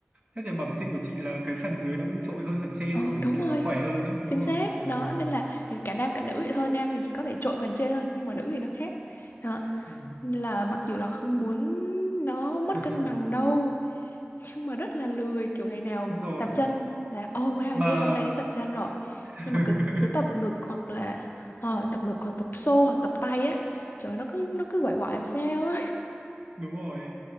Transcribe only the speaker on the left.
ừ
đúng
rồi
chính
xác
đó nên là cả nam cả nữ vậy thôi nam thì có vẻ trội phần trên hơn nhưng mà nữ thì nó khác đó
Nên là mặc dù là không muốn nó mất
cân bằng đâu nhưng mà rất là lười kiểu ngày nào
tập chân là oh wow
yeah hôm nay đến tập chân rồi
nhưng mà cứ cứ tập ngực hoặc là ờ, tập ngực hoặc tập xô hoặc tập tay á trời ơi, nó cứ nó cứ quậy quậy làm sao á